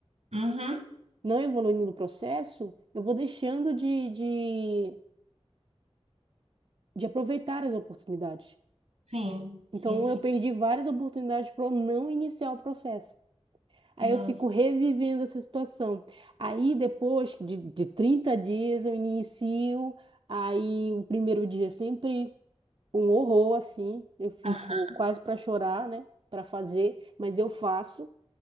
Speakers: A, on the right; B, on the right.
A: Uhum.
B: Não evoluindo no processo, eu vou deixando de, de, de aproveitar as oportunidades.
A: Sim,
B: Então,
A: sim, sim.
B: eu perdi várias oportunidades para não iniciar o processo. Aí
A: Nossa.
B: eu fico revivendo essa situação. Aí depois de, de 30 dias eu inicio, aí o primeiro dia é sempre um horror, assim, eu fico
A: Aham.
B: quase para chorar, né, para fazer, mas eu faço.